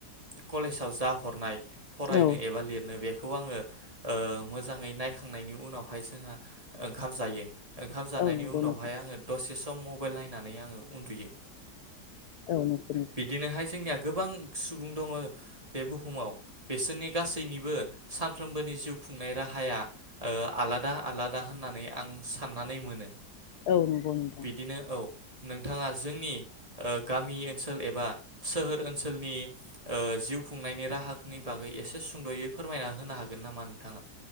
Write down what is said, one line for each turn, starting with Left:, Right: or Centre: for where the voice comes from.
Right: कलेजाव जा हरनाय फरायनो
Left: औ
Right: एबा लिरनो बे बेखौ आङो ओ मोजाङै नायखांनायनि उनावहाय जोंहा ओंखाम जायो ओंखाम जानायनि
Left: औ नंगौ
Right: उनावहाय
Left: नोंथां
Right: आङो दसे सम मब मबाइल नायनानै आङो उन्दुयो।
Left: औ नंगौ नोंथां
Right: बिदिनोहाय जोंनिया गोबां सुबुं दङ बे बुहुमाव बिसोरनि गासैनिबो सानफ्रोमबोनि जिउ खुंनाय राहाया ओ आलादा आलादा होननानै आं साननानै मोनो
Left: औ नंगौ नोंथां
Right: बिदिनो औ नोंथाङा जोंनि ओ गामि ओनसोल एबा सोहोर ओनसोलनि ओ जिउ खुंनायनि राहानि बागै एसे सुंदयै फोरमायना होनो हागोन नामा नोंथाङा?